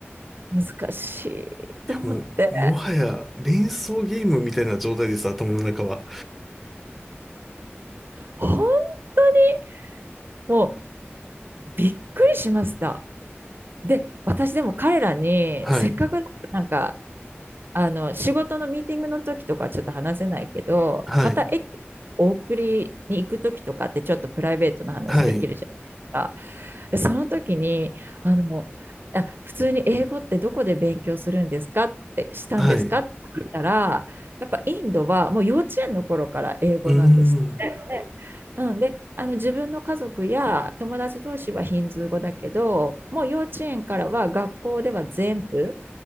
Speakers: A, on the right (about 55°); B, in the centre.
A: 難しいと思って、
B: いやもう、もはや連想ゲームみたいな状態です、頭の中は。
A: 本当にもうびっくりしました。で、私でも彼らに、
B: はい、
A: せっかくなんかあの、仕事のミーティングの時とかはちょっと話せないけど、
B: はい、
A: また駅、お送りに行く時とかってちょっとプライベートな話できるじゃないですか。
B: はい、
A: その時に、あの、あ、普通に英語ってどこで勉強するんですかってしたんですかって言ったら、
B: はい、う
A: やっぱインドはもう幼稚園の頃から英語なんですって。
B: ーん、
A: うん、で、あの自分の家族や友達同士はヒンズー語だけど、もう幼稚園からは学校では全部